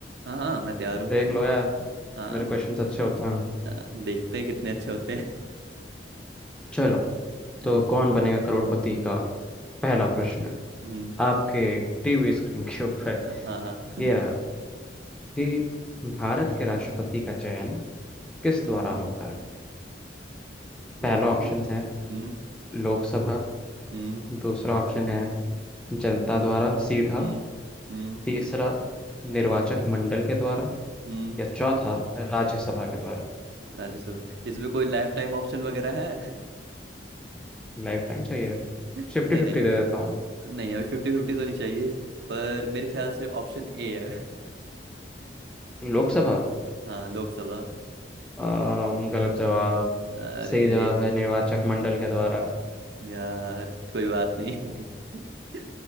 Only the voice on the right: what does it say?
हाँ हाँ मैं तैयार हूँ
हाँ
हाँ, देखते हैं कितने अच्छे होते हैं
हम्म,
<laughs> हम्म,
हाँ हाँ हाँ,
हम्म,
ये
हम्म
हम्म
हम्म हम्म
हम्म,
राज्यसभा इसमें कोई लाइफ टाइम ऑप्शन वगैरह है
<laughs>
नहीं नहीं
नहीं अभी फिफ्टी फिफ्टी तो नहीं चाहिए पर मेरे ख्याल से ऑप्शन ए है
<laughs> हाँ लोकसभा
अरे
यार कोई बात नहीं <laughs>